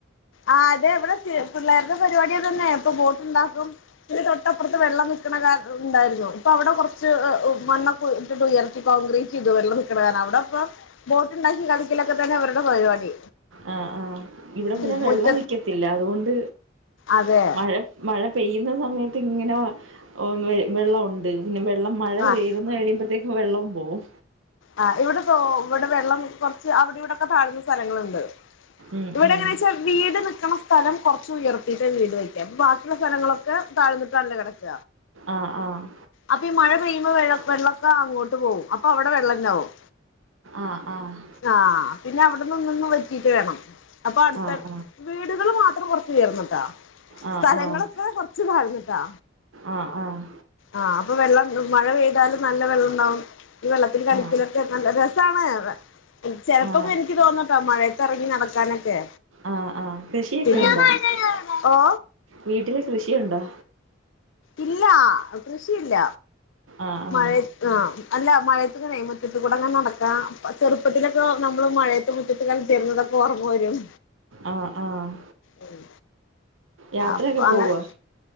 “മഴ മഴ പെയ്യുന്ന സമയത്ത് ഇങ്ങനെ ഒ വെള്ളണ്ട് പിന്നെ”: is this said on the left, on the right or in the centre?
Right